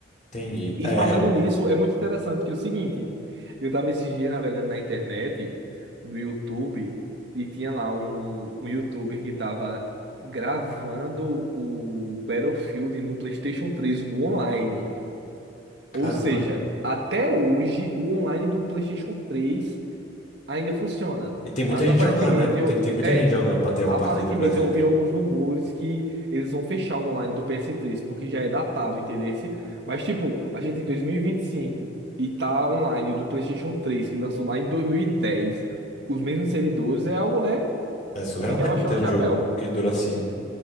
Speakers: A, on the left; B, on the right.
A: Entendi.
B: E
A: É,
B: falando
A: é.
B: nisso, é muito interessante que é o seguinte: eu tava esses dias navegando na internet, no YouTube, e tinha lá um, um YouTuber que tava gravando o Battlefield no PlayStation 3, o online.
A: caramba.
B: Ou seja, até hoje o online do PlayStation 3 ainda funciona.
A: E tem muita
B: Mas
A: gente
B: aparentemente
A: jogando, né?
B: eu.
A: Tem que ter muita
B: É,
A: gente jogando pra ter uma
B: aparentemente
A: partida, por exemplo.
B: eu ouvi alguns rumores que eles vão fechar o online do ps três porque já é datado, entendeu? Mas, tipo, a gente em dois mil e vinte e e cinco e tá online o do PlayStation 3 que lançou lá em dois mil e dez os mesmos servidores, é algo, né?
A: É surreal
B: Tem que
A: mesmo
B: abaixar
A: ter
B: o
A: um
B: chapéu.
A: jogo que dura assim.